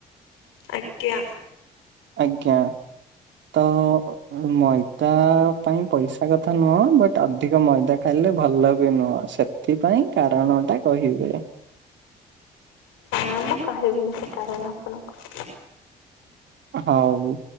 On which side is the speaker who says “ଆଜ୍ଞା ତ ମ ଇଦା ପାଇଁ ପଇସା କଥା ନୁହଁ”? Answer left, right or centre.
Right